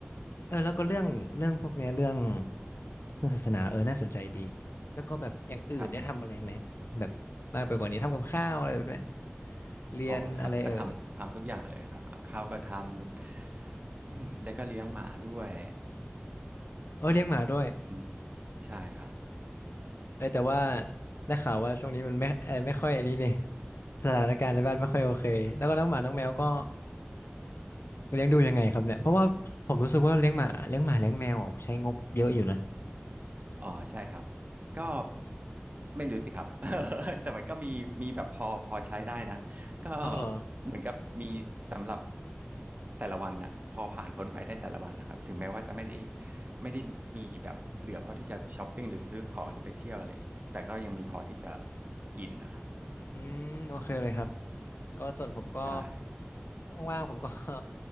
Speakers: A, on the left (about 65°); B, on the right (about 40°).
A: เออแล้วก็เรื่องเรื่องพวกเนี้ยเรื่องเรื่องศาสนาเออน่าสนใจดีแล้วก็แบบอย่างอื่นได้ทำอะไรไหมแบบมากไปกว่านี้ทำกับข้าวอะไรแบบเนี้ย
B: ครับ
A: เรียนอะไรเออ
B: อ๋อครับก็ทำทำทุกอย่างเลยครับอับข้าวก็ทำ <clears throat> อืมแล้วก็เลี้ยงหมาด้วย
A: เออเลี้ยงหมาด้วย
B: อืมใช่ครับ
A: เออแต่ว่าได้ข่าวว่าช่วงนี้มันไม่เออไม่ค่อยอันนี้เนี่ย <laughs> สถานการณ์ในบ้านไม่ค่อยโอเคแล้วก็น้องหมาน้องแมวก็เลี้ยงดูยังไงครับเนี่ยเพราะว่าผมรู้สึกว่าเลี้ยงหมาเลี้ยงหมาเลี้ยงแมวใช้งบเยอะอยู่นะ
B: อ๋อ ใช่ครับ ก็ไม่รู้สิครับ <laughs> แต่มันก็มีมีแบบพอพอใช้ได้นะ ก็
A: อ้าวเหรอ
B: เหมือนกับมีสำหรับแต่ละวันน่ะพอผ่านพ้นไปได้แต่ละวันนะครับ ถึงแม้ว่าจะไม่ได้ไม่ได้มีแบบเหลือพอที่จะช้อปปิ้งหรือซื้อของหรือไปเที่ยวอะไรแต่ก็ยังมีพอที่จะกินนะครับ
A: อืมโอเคเลยครับ ก็ส่วนผมก็
B: ใช่
A: ว่างๆผมก็ <laughs>